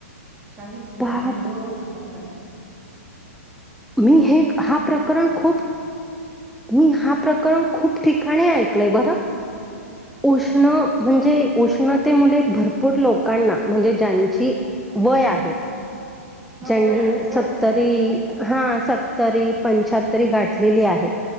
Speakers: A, on the right; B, in the centre.
A: काहीच नाही
B: बाप
A: निव्वळ उष्माघात
B: मी हे हा
A: निव्वळ
B: प्रकरण
A: उष्माघात
B: खूप मी हा प्रकरण खूप ठिकाणी ऐकलंय बरं उष्ण
A: हो ना
B: म्हणजे उष्णते मुले भरपूर लोकांना म्हणजे ज्यांची वय आहेत
A: हा
B: ज्यांनी
A: वय वय
B: सत्तरी
A: हो झालेलं होतं त्यांचं
B: हा
A: पण
B: सत्तरी
A: हम्म
B: पंच्याहत्तरी
A: हम्म
B: गाठलेली आहे